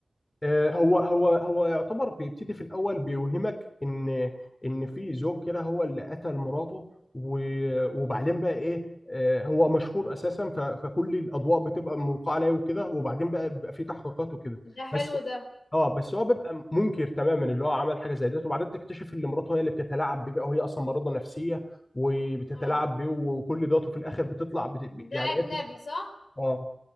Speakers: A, on the left; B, on the left.
A: آه، هو هو هو يعتبر بيبتدي في الاول بيوهمك ان ان في زوج كده هو اللي قتل مراته و- وبعدين بقى ايه آه، هو مشهور اساسا ف- فكل الاضواء بتبقى ملقاه عليه وكده وبعدين بقى بيبقى في تحقيقات وكده
B: ده حلو
A: بس
B: ده
A: اه بس هو بيبقى منكر تماما اللي هو عمل حاجه زي ديت وبعدين تكتشف ان مراته هي اللي بتتلاعب بيه بقى وهي اصلا مريضه نفسيه وبتتلاعب
B: اه
A: بيه وكل دوت وفي الاخر بتطلع بت... يعني
B: ده اجنبي
A: ايه بتكشف
B: صح
A: اه